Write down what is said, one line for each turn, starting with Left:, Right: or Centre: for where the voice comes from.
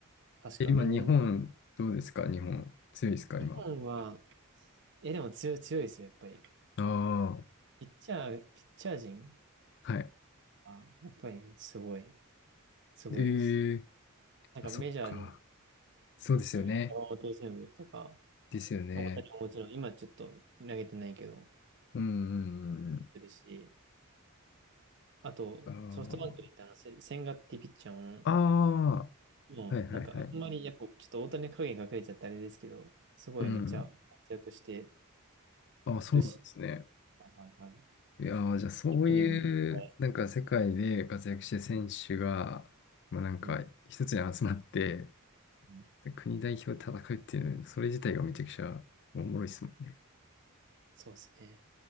Right: 確か2年。
Left: え、今、日本、どうですか日本。強いですか今。
Right: 日本は、いやでも強い、強いですよ、やっぱり。
Left: ああ、
Right: ピッチャー、ピッチャー陣
Left: はい。
Right: は、やっぱりすごい、すごいです。
Left: えー、
Right: なんかメジャーで、
Left: あ、そっか。そうですよね。
Right: 山本由伸とか、
Left: ですよね。
Right: もう私ももちろん、今ちょっと投げてないけど、
Left: うん、うん、
Right: 出るし、あと、
Left: うん。
Right: ソフトバンクにいたあの、
Left: うん
Right: せ千賀ってピッチャーも、
Left: ああ、あ
Right: もうなんかあんまりやっぱちょっと大谷の影に隠れちゃってあれですけど、
Left: あ、はいはいはい。
Right: すごいめっちゃ活躍して
Left: うんあ、そうなんですね。
Right: るし、はいはいはい。
Left: いやー、じゃあそういう、
Right: 本人もいっぱい、
Left: なんか世界で活躍してる選手が、まあなんか一つに集まって、
Right: うん、うん、
Left: 国代表で戦うっていうの、それ自体がめちゃくちゃおもろいですもんね。
Right: そうですね。